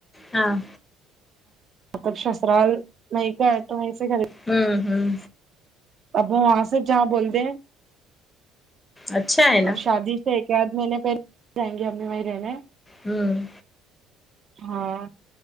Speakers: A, on the left; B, on the right.
A: ہاں
B: <inaudible> سسرال مائکا ہے تو وہیں سے خرید
A: ہوں ہوں
B: ابو وہاں سے جا بولتے
A: اچھا ہے نا
B: اب شادی سے ایک آدھ مہینے پہلے جائیں گے امی وہیں رہنے
A: ہوں
B: ہاں